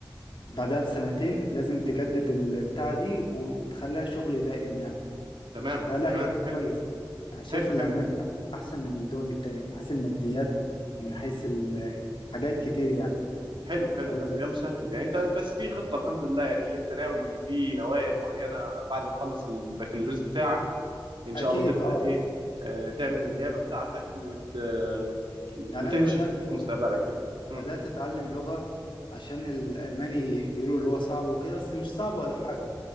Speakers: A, on the left; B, on the right.
A: بعدها بسنتين لازم تجدد البتاعة دي وتخليها شغل دائم يعني
B: تمام
A: فلا
B: تمام
A: هي
B: حلو
A: كويس يعني شايف
B: حلو
A: إن
B: حلو
A: ألمانيا أحسن من الدول التانية من حيث الماديات من حيث ال- حاجات كتير يعني
B: حلو حلو
A: أو-
B: حلو يا مسهل يعني انت بس في خطة الحمد لله يعني اللي انت ناوي في نوايا معينة بعد ما تخلص البكالوريوس بتاعك ان شاء
A: أكيد
B: الله تبدأ
A: أه
B: ايه آه تعمل النيابة بتاعتك وت آه وتمشي
A: يعني أنا بدأت
B: في مستقبلك يعني امم
A: بدأت أتعلم لغة عشان الألماني بيقولوا اللي هو صعب وكده بس مش صعب ولا حاجة